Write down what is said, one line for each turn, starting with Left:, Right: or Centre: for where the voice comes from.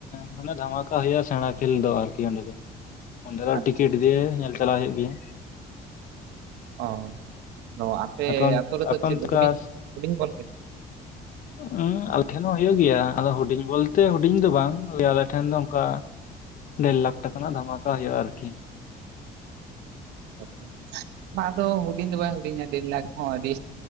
Left: ᱢᱟᱱᱮ ᱫᱷᱟᱢᱟᱠᱟ ᱦᱩᱭᱩᱜᱼᱟ ᱥᱮᱬᱟ ᱠᱷᱮᱞ ᱫᱚ ᱟᱨᱠᱤ ᱚᱸᱰᱮ ᱜᱮ ᱚᱸᱰᱮ ᱫᱚ
Right: ᱟᱪᱪᱷᱟ
Left: ᱴᱤᱠᱤᱴ ᱫᱤᱭᱮ ᱧᱮᱞ ᱪᱟᱞᱟᱣ ᱦᱩᱭᱩᱜ ᱜᱮᱭᱟ᱾
Right: ᱚ ᱟᱫᱚ ᱟᱯᱮ
Left: ᱚᱱ
Right: ᱟᱛᱳ ᱨᱮᱫᱚ
Left: ᱟᱯᱮ
Right: ᱪᱮᱫ
Left: ᱚᱱᱛᱮ
Right: ᱦᱩᱰᱤᱧ
Left: ᱞᱮᱠᱟ
Right: ᱦᱩᱰᱤᱧ ᱵᱚᱞ ᱠᱷᱮᱞ?
Left: ᱦᱩᱸ ᱟᱞᱮ ᱴᱷᱮᱱ ᱦᱚᱸ ᱦᱩᱭᱩᱜ ᱜᱮᱭᱟ ᱟᱫᱚ ᱦᱩᱰᱤᱧ ᱵᱚᱞᱛᱮ ᱦᱩᱰᱤᱧ ᱫᱚ ᱵᱟᱝ ᱞᱮᱭᱟ ᱟᱞᱮ ᱴᱷᱮᱱ ᱫᱚ ᱚᱝᱠᱟ ᱰᱮᱲ ᱞᱟᱠᱷ ᱴᱟᱠᱟ ᱨᱮᱱᱟᱜ ᱫᱷᱟᱢᱟᱠᱟ ᱦᱩᱭᱩᱜᱼᱟ ᱟᱨᱠᱤ
Right: ᱟᱪᱪᱷᱟ ᱟᱪᱪᱷᱟ ᱵᱟᱝ ᱟᱫᱚ ᱦᱩᱰᱤᱧ ᱫᱚ ᱵᱟᱝ ᱦᱩᱰᱤᱧᱟ ᱰᱮᱲ ᱞᱟᱠᱷ ᱦᱚᱸ ᱟᱹᱰᱤ